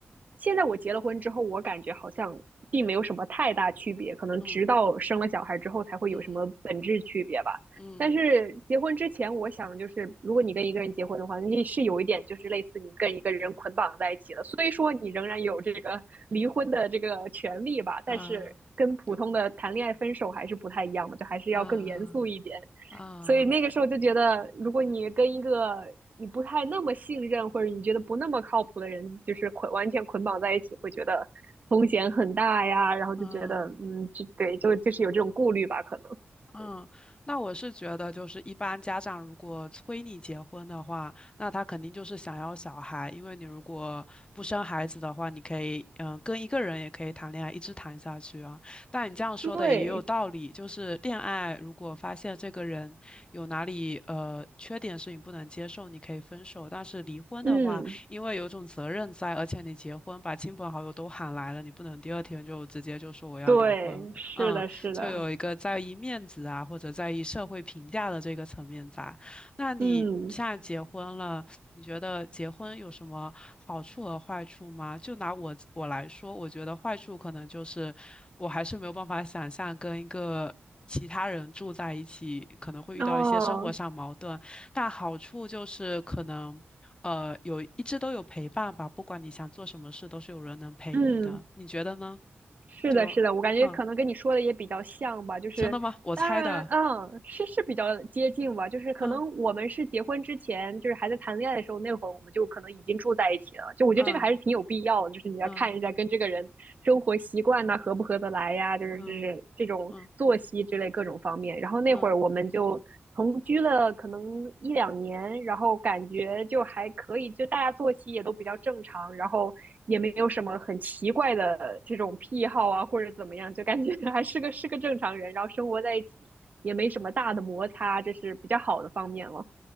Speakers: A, on the right; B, on the left.
A: 现在我结了婚之后，我感觉好像并没有什么太大区别，可能直到生了小孩之后才会有什么本质区别吧。
B: 嗯嗯嗯
A: 但是结婚之前，我想就是，如果你跟一个人结婚的话，那是有一点就是类似你跟一个人捆绑在一起了，所以说你仍然有这个 <laughs> 离婚的这个权利吧，但是跟普通的谈恋爱分手还是不太一样的，
B: 啊，就
A: 就还是要更严肃一点。
B: 啊啊
A: 所以那个时候就觉得，如果你跟一个你不太那么信任，或者你觉得不那么靠谱的人，就是捆完全捆绑在一起，会觉得风险很大呀，然后就觉得，
B: 啊。
A: 嗯，就对，就就是有这种顾虑吧，可能。
B: 嗯，那我是觉得，就是一般家长如果催你结婚的话，那他肯定就是想要小孩，因为你如果不生孩子的话，你可以，嗯、跟一个人也可以谈恋爱，一直谈下去啊。但你这样说的也有道理，
A: 对，
B: 就是恋爱如果发现这个人有哪里呃缺点是你不能接受，你可以分手。但是离婚的话，
A: 嗯，
B: 因为有种责任在，而且你结婚把亲朋好友都喊来了，你不能第二天就直接就说我要离婚。
A: 对，是的，
B: 嗯，
A: 是的，
B: 就有一个在意面子啊，或者在意社会评价的这个层面在。那你现在结婚了，
A: 嗯，
B: 你觉得结婚有什么好处和坏处吗？就拿我我来说，我觉得坏处可能就是我还是没有办法想象跟一个其他人住在一起，可能会遇到一些生活上矛盾。
A: 哦，
B: 但好处就是可能。呃，有一直都有陪伴吧，不管你想做什么事，都是有人能陪你的。
A: 嗯。
B: 你觉得呢？
A: 是的，
B: 就
A: 是的，我感觉可能跟你说的也比较像吧，
B: 嗯，
A: 就是当然，
B: 真的吗？我猜的。
A: 嗯，是是比较接近吧，就是可能我们是结婚之前，
B: 嗯
A: 就是还在谈恋爱的时候，那会儿我们就可能已经住在一起了，就我觉得这个还是挺有必要的就是你要看一下跟这个人生活习惯呐、
B: 嗯嗯
A: 合不合得来呀，就是就是这种作息之类各种方面。
B: 嗯嗯
A: 然后那会儿我们就同居了可能一两年，
B: 嗯
A: 然后感觉就还可以，就大家作息也都比较正常，然后也没有什么很奇怪的这种癖好啊，或者怎么样，就感觉 <laughs> 还是个是个正常人，然后生活在一起也没什么大的摩擦，这是比较好的方面了。